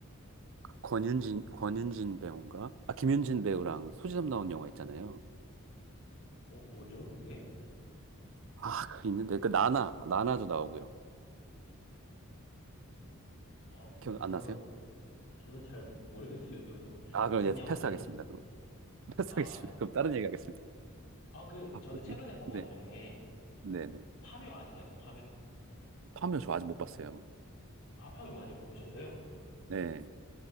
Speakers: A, on the right; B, on the left.
A: 그 권윤진, 권윤진 배우인가? 아, 김윤진 배우랑 소지섭 나온 영화 있잖아요.
B: 어, 뭐죠, 그게?
A: 아, 그 있는데. 그 나나, 나나도 나오고요.
B: 어,
A: 기억
B: 제가,
A: 안 나세요?
B: 저는 잘 모르겠어요. <laughs> 누구,
A: 아,
B: 무슨
A: 그럼 얘
B: 영화인지
A: 패스하겠습니다.
B: 제가.
A: 그럼. <laughs> 패스하겠습니다.
B: 아,
A: 그럼 다른 얘기 하겠습니다.
B: 아, 그,
A: 아,
B: 저는
A: 뭐지?
B: 최근에 본
A: 네,
B: 거 중에,
A: 네, 네.
B: 그 파묘 아세요? 파묘?
A: 파묘 저 아직 못 봤어요.
B: 아, 파묘 아직 못 보셨어요?
A: 네,